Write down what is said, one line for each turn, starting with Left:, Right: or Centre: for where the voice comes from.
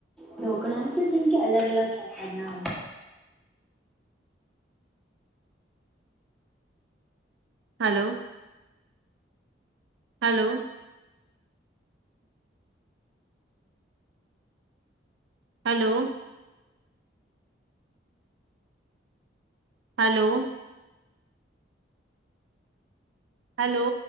Centre: ઢોકડા તો જેમ કે અલગ અલગ પ્રકારના હોય.
Right: Hello hello hello hello hello